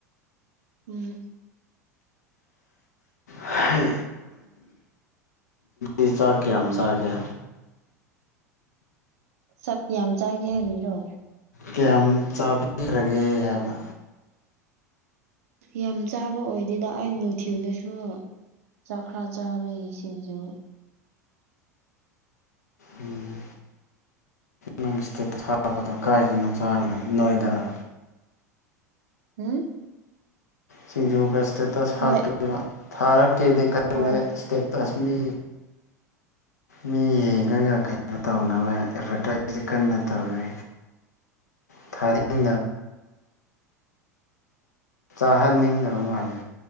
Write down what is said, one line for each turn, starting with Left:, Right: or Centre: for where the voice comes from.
Right: ꯎꯝ
Left: ꯍꯥꯏ ꯤ ꯆꯥꯛ ꯀꯌꯥꯝ ꯌꯥꯝ ꯆꯥꯒꯦ
Right: ꯁꯠ ꯌꯥꯝ ꯆꯥꯒꯦ ꯍꯥꯏꯔꯤꯔꯣ
Left: ꯀꯌꯥꯝ ꯆꯥꯕꯤꯈ꯭ꯔꯒꯦ ꯍꯥꯏꯕ
Right: ꯌꯥꯝ ꯆꯥꯕ ꯑꯣꯏꯗꯦꯗ ꯑꯩ ꯅꯨꯡꯊꯤꯜꯗꯨꯁꯨ ꯆꯥꯛꯈ꯭ꯔꯥ ꯆꯥꯕꯩꯁꯤꯡꯁꯨ
Left: ꯎꯝ ꯅꯪ ꯏꯁꯇꯦꯠꯇ ꯊꯥꯕꯗ ꯀꯥꯏꯗꯨꯅ ꯆꯥꯔꯤꯗ ꯅꯣꯏꯗꯔꯥ
Right: ꯎꯝ
Left: ꯁꯤꯡꯖꯨꯒ ꯏꯁꯇꯦꯇꯁ
Right: ꯍꯣꯏ
Left: ꯍꯥꯞꯄꯤꯕ ꯊꯥꯔꯛꯀꯦꯗꯤ ꯈ
Right: ꯍꯣꯏ
Left: ꯇꯁꯃꯤ ꯃꯤꯒꯒ ꯀꯩꯅꯣ ꯇꯧꯅꯕ ꯑꯦꯠꯚꯔꯇꯥꯏꯁꯁꯦ ꯀꯟꯅ ꯇꯧꯋꯤ
Right: <unintelligible>
Left: ꯊꯔ ꯎ ꯆꯥꯍꯟꯅꯤꯡꯗꯕ ꯃꯥꯜꯂꯦ